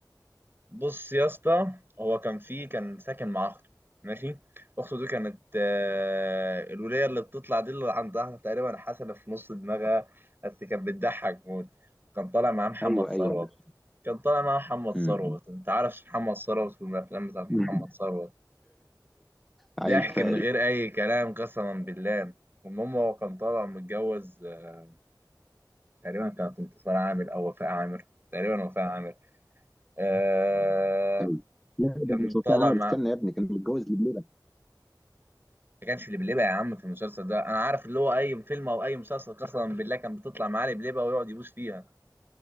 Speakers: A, on the right; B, in the centre.
A: بص يا اسطى هو كان فيه كان ساكن مع اخته ماشي اخته دي كانت آه، الولية اللي بتطلع دي اللي عندها تقريبا حسنة في نص دماغها بس كانت بتضحك موت كان طالع معاه محمد
B: ايوه
A: ثروت
B: ايوه عارف
A: كان طالع معاه محمد ثروت
B: أمم.
A: انت عارف محمد ثروت والافلام بتاعت محمد
B: <laughs>
A: ثروت ضحك
B: عيل فقري
A: من غير اي كلام قسما بالله المهم هو كان طالع متجوز آه، تقريبا كانت انتصار عامر او وفاء عامر تقريبا وفاء عامر آه
B: أيوة. لا
A: كان
B: ده مش وفاء
A: طالع
B: عامر
A: مع
B: استنى يا ابني كان متجوز لبلبة
A: ما كانش لبلبة يا عم في المسلسل ده انا عارف اللي هو اي فيلم او اي مسلسل قسما بالله كان بتطلع معاه لبلبة ويقعد يبوس فيها